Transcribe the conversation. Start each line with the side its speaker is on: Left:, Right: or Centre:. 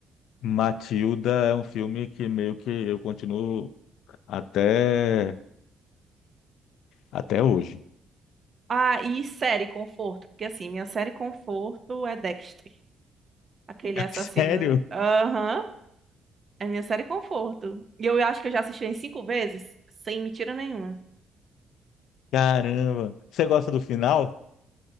Left: Matilda é um filme que meio que eu continuo até, até hoje.
Right: Ah, e série conforto, porque assim, minha série conforto é Dexter, aquele
Left: <laughs>
Right: assassino.
Left: Sério?
Right: Aham. É minha série conforto. E eu acho que eu já assisti em cinco vezes, sem mentira nenhuma.
Left: Caramba! Você gosta do final?